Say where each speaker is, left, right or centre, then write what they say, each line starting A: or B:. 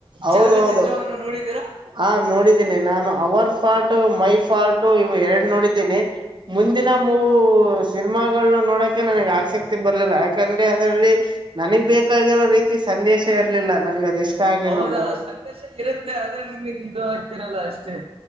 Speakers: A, on the right; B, on the right.
A: ಹೌದೌದು
B: ಚಲನಚಿತ್ರವನ್ನು ನೋಡಿದೀರಾ.
A: ಹಾ ನೋಡಿದ್ದೀನಿ ನಾನು ಅವರ್ಸ್ ಫಾಲ್ಟ ಮೈ ಫಾಲ್ಟ ಇವು ಎರಡು ನೋಡಿದೀನಿ ಮುಂದಿನ ಮೂ ಸೀ ನಿಮಾಗಳ ನೋಡೋಕೆ ನನಗ್ ಆಸಕ್ತಿ ಬರಲಿಲ್ಲ ಯಾಕಂದ್ರೆ ಅದರಲ್ಲಿ ನನಗ್ ಬೇಕಾಗಿರೋ ರೀತಿ ಸಂದೇಶ ಇರಲಿಲ್ಲ ನನಗೆ ಅದು ಇಷ್ಟ. ಆಗ್ಲಿಲ್ಲ
B: ಹೌದ
A: ಮೂ
B: ಸಂದೇಶ ಇರುತ್ತೆ ಆದ್ರೆ ನಿಮಗೆ ಇದು ಆಗ್ತಿರಲ್ಲ ಅಷ್ಟೇ.